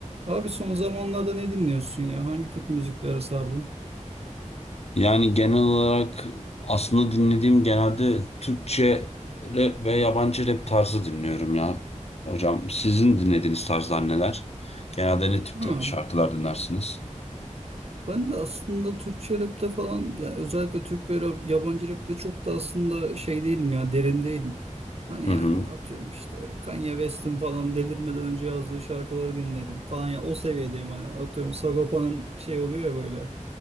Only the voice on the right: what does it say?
Abi son zamanlarda ne dinliyorsun ya? Hangi tip müziklere sardın?
Ha,
ben de aslında Türkçe rapte falan ya özellikle Türk ve rap- yabancı rapte çok da aslında şey değilim ya derin değilim. Hani
yani
atıyorum işte Kanye West'in falan delirmeden önce yazdığı şarkıları dinlerim falan ya o seviyedeyim hani atıyorum Sagopa'nın şey oluyor ya böyle